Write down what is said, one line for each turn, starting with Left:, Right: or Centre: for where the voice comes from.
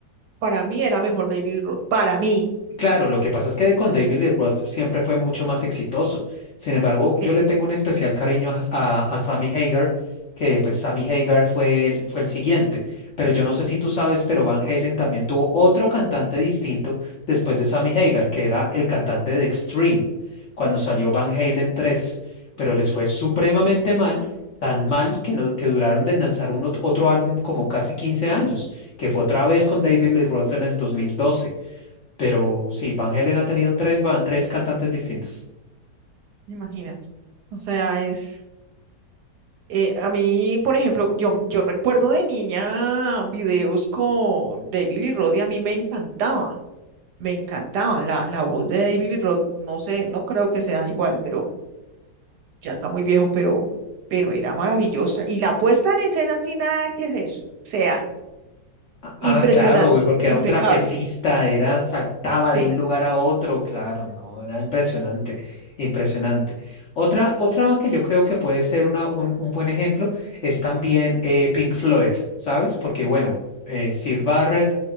Right: para mí era mejor David Roth, para mí,
Left: Claro, lo que pasa es que con David Lee Roth siempre fue mucho más exitoso. Sin embargo, yo
Right: sí,
Left: le tengo un especial cariño a, a- a Sammy Hagar, que pues Sammy Hagar fue el, fue el siguiente. Pero yo no sé si tú sabes, pero Van Halen también tuvo otro cantante distinto después de Sammy Hagar, que era el cantante de Extreme, cuando salió Van Halen tres, Pero les fue supremamente mal, tan mal que, no, que duraron de lanzar un ot- otro álbum como casi 15 años, que fue otra vez con David Lee Roth en el 2012. Pero sí, Van Halen ha tenido tres, ba- tres cantantes distintos.
Right: imagínate. O sea, es, eh, a mí, por ejemplo, yo, yo recuerdo de niña videos con David Lee Roth y a mí me encantaban, me encantaban. La, la voz de David Lee Roth, no sé, no creo que sea igual, pero ya está muy viejo, pero, pero era maravillosa. Y la puesta en escena sin nada que ver, o sea,
Left: Ah,
Right: impresionante,
Left: ah, claro, güey, porque
Right: impecable.
Left: era un trapecista, era, saltaba
Right: Sí,
Left: de un lugar a otro, claro, no, era impresionante, impresionante. Otra, otra que yo creo que puede ser una, un, un buen ejemplo es también eh, Pink Floyd, ¿sabes? Porque bueno, eh, Sid Barrett